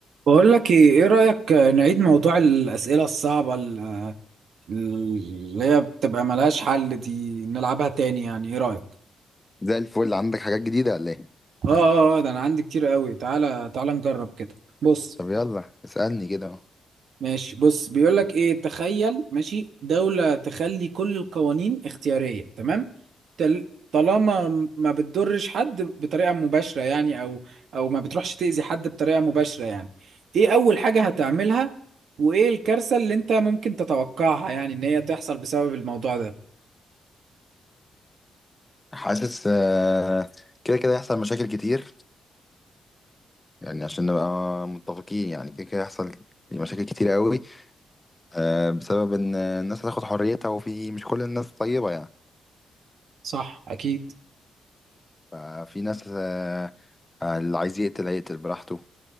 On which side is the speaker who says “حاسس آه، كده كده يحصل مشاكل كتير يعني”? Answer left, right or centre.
Left